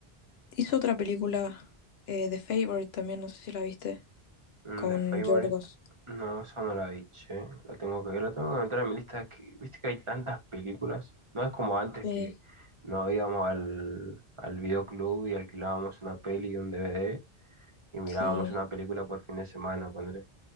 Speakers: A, on the left; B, on the right.
A: Hizo otra película, eh, The Favorite también, no sé si la viste,
B: Mm,
A: con
B: The Favorite.
A: Yorgos.
B: No, esa no la vi, che. La tengo que ver, la tengo que entrar en mi lista. Es que, viste que hay tantas películas. No es como antes
A: Sí,
B: que no íbamos al, al videoclub y alquilábamos una peli y un DVD y mirábamos
A: sí,
B: una película por fin de semana, ponele.